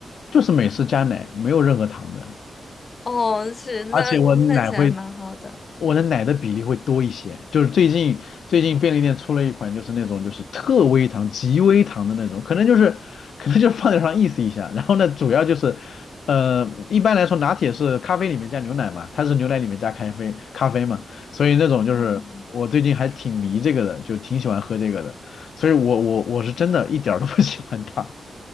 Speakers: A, on the left; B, on the left.
A: 就是美式加奶，没有任何糖的。
B: <laughs> 哦，是，那那其实还蛮好的。
A: 而且我奶会，我的奶的比例会多一些。就是最近最近便利店出了一款，就是那种就是特微糖、极微糖的那种，可能就是可能就是放点上意思一下。然后呢，主要就是呃，一般来说拿铁是咖啡里面加牛奶嘛，它是牛奶里面加咖啡咖啡嘛，所以那种就是我最近还挺迷这个的，
B: 嗯。
A: 就挺喜欢喝这个的。所以我我我是真的一点儿都不喜欢它，